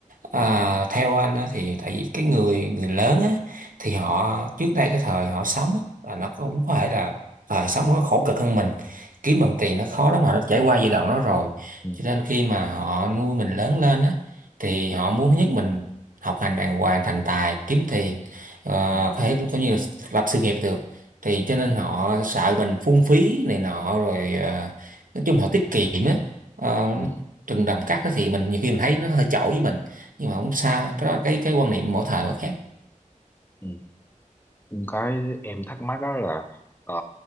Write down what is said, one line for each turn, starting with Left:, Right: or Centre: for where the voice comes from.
Right: À,
Left: ừ,
Right: theo anh á, thì tại vì cái người người lớn á, thì họ
Left: ừ,
Right: trước đây cái thời họ sống á, là nó cũng có thể là thời sống nó khổ cực hơn mình kiếm bằng
Left: ừ,
Right: tiền nó khó lắm họ đã trải qua giai đoạn đó rồi
Left: ừ,
Right: cho nên khi mà họ nuôi mình lớn lên á thì
Left: ừ,
Right: họ muốn thứ nhất mình học hành đàng hoàng thành tài kiếm tiền
Left: ừ,
Right: ờ,
Left: ừ,
Right: có thể cũng như là lập sự nghiệp được thì cho
Left: ừ,
Right: nên họ sợ mình phung phí này nọ rồi ờ, nói chung họ tiết kiệm á Ờ,
Left: ừ,
Right: rừng đầm cát đó thì mình nhiều khi mình thấy nó hơi chổi với mình nhưng mà không sao cái đó là cái cái quan niệm mỗi thời mỗi khác
Left: ừ, ừ. cái em thắc mắc đó là ờ,